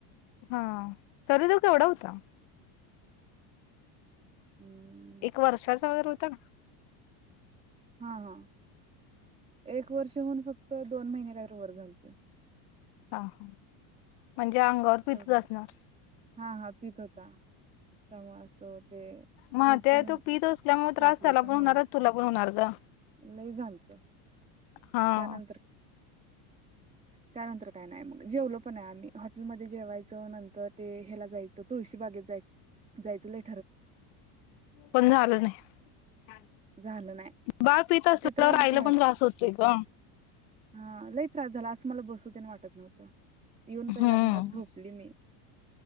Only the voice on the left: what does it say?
हां तरी त्यो केवढा हुता?
एक वर्षाचा वगैरे होता.
आं हां. म्हंजे अंगावर पितच
असणार.
माहत्याय
तो पित असल्यामुळे
त्रास त्याला
पण
हुणार अनं तुला पण हुणार ग
हां.
पण झालं नाय
बाळ पित असल्यावर
आईला पण त्रास होतोय ग.
हम्म